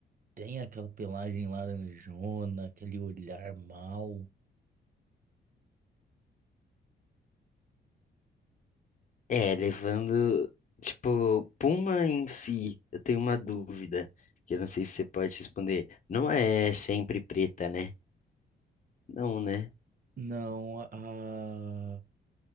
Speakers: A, on the right; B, on the left.
A: tem aquela pelagem laranjona, aquele olhar mau.
B: É, levando, tipo, puma em si, eu tenho uma dúvida, que eu não sei se você pode responder. Não é sempre preta, né? Não, né?
A: Não, a,